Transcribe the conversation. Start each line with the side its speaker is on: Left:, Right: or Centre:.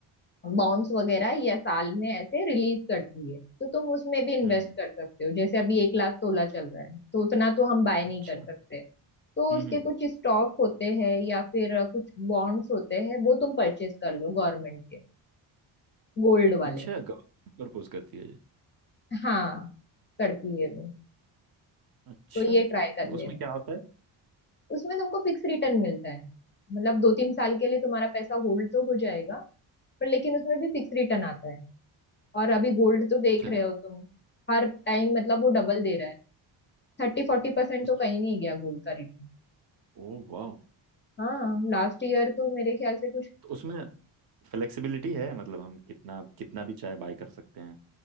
Left: बॉन्ड्स वगैरह या साल में ऐसे रिलीज करती है तो तुम उसमें भी इन्वेस्ट
Right: हम्म,
Left: कर सकते हो जैसे अभी एक लाख तोला चल रहा है तो उतना तो हम बाय नहीं
Right: अच्छा
Left: कर सकते तो
Right: हम्म
Left: उसके
Right: हम्म,
Left: कुछ स्टॉक होते हैं या फिर कुछ बॉन्ड्स होते हैं वो तुम परचेज कर लो गवर्नमेंट के गोल्ड वाले
Right: अच्छा गवर्नमेंट प्रपोज करती है ये
Left: हाँ करती है वो
Right: अच्छा
Left: तो ये ट्राई कर
Right: तो उसमें
Left: लेना
Right: क्या होता है
Left: उसमें तुमको फिक्स रिटर्न मिलता है मतलब दो तीन साल के लिए तुम्हारा पैसा होल्ड तो हो जाएगा पर लेकिन उसमें भी फिक्स रिटर्न आता है और अभी गोल्ड तो देख
Right: अच्छा
Left: रहे हो तुम हर टाइम मतलब वो डबल दे रहा है थर्टी फोर्टी परसेंट
Right: उस
Left: तो कहीं नहीं गया गोल्ड का रिटर्न
Right: ओ वाह
Left: हाँ लास्ट ईयर तो मेरे ख्याल से कुछ
Right: तो उसमें फ्लेक्सिबिलिटी है मतलब हम कितना कितना भी चाहे बाय कर सकते हैं